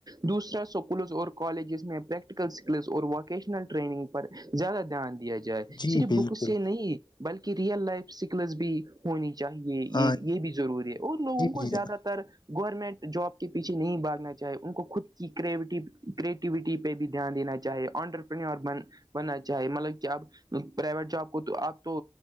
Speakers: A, on the right; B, on the left.
A: دوسرا اسکولز اور کالجز میں پریکٹیکل اسکلز اور ووکیشنل ٹریننگ پر زیادہ دھیان دیا جائے
B: جی
A: صرف
B: بالکل
A: بک سے نہیں بلکہ ریئل لائف سکلس بھی ہونی چاہیے
B: ہاں
A: یہ یہ بھی ضروری ہے اور لوگوں
B: جی
A: کو
B: جی
A: زیادہ
B: جناب
A: تر گورنمنٹ جاب کے پیچھے نہیں باگنا چ چاہے ان کو خود کی کرٹی کریٹوٹی پہ بھی دھیان دین چاہے آنڈرپنیور بن ہونا چاہیے مطلب کہ اب پرائیویٹ جاب کو تو آپ تو